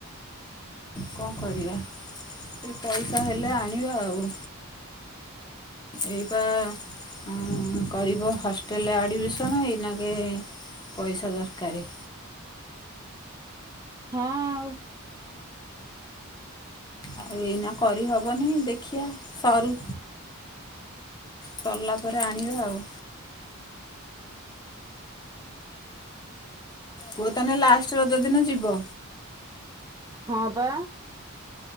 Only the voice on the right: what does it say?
ହଁ ଆଉ।
<inaudible> ହଁ ବା